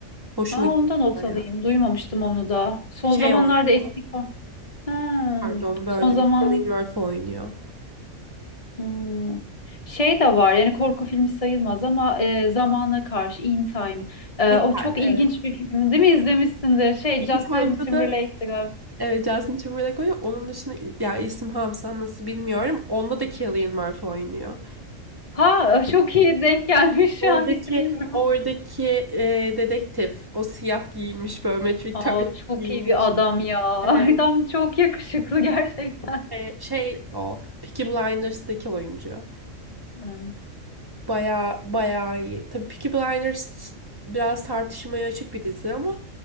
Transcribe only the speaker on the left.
Aa,
ondan not
alayım duymamıştım onu da. Son
zamanlarda
eski... ko- Ha.
Son zaman
Hmm. Şey de var yani korku filmi sayılmaz ama e, zamana karşı In Time E,
o çok
ilginç
bir film değil mi izlemişsindir şey
Justin
Timberlake'ti
galiba.
Ha <laughs> çok iyi denk gelmiş
<laughs> hangisi bilmiyorum.
Aa,
çok
iyi bir adam ya <laughs>
adam çok yakışıklı gerçekten.
Hmm.